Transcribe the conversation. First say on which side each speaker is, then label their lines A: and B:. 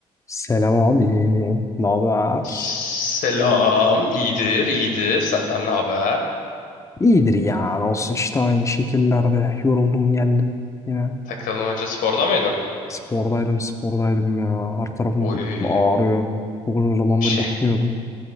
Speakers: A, on the left (about 20°); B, on the left (about 65°).
A: Selam abi. Ne haber?
B: Selam. iyidir, iyidir. Senden ne haber?
A: İyidir ya. Ne olsun işte aynı şekillerde. Yoruldum geldim yine.
B: Takılmaca sporda mıydın?
A: Spordaydım spordaydım ya. Her tarafım
B: Oy.
A: ağrıyor. Çok uzun zamandır
B: Şey.
A: gitmiyordum.